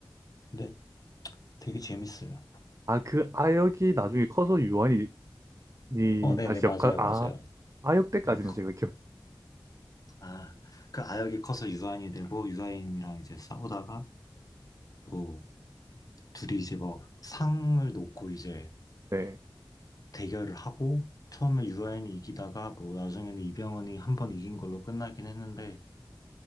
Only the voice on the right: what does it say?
아, 그 아역이 나중에 커서 유한이 이
다시
역할 아
아역 때까지만
제가
기억나는데